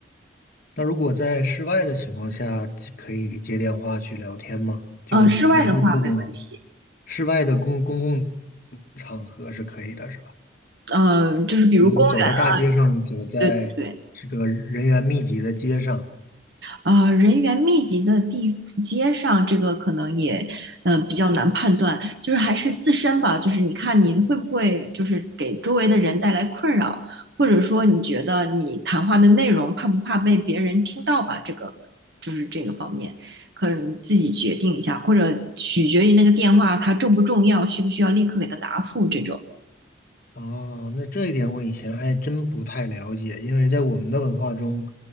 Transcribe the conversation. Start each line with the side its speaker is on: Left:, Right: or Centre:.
Left: 那如果在室外的情况下，可以接电话去聊天吗？就不是这种
Right: 嗯、呃室外的话没问题。
Left: 室外的公公共场合是可以的，是吧？
Right: 嗯、呃就是比如公园，
Left: 比如走在大街上，走在这个人员密集的街上。
Right: 对对对。啊，人员密集的地街上，这个可能也，嗯、比较难判断，就是还是自身吧，就是你看你会不会就是给周围的人带来困扰，或者说你觉得你谈话的内容怕不怕被别人听到吧？这个就是这个方面，可能自己决定一下，或者取决于那个电话它重不重要，需不需要立刻给他答复这种。
Left: 哦，那这一点我以前还真不太了解，因为在我们的文化中，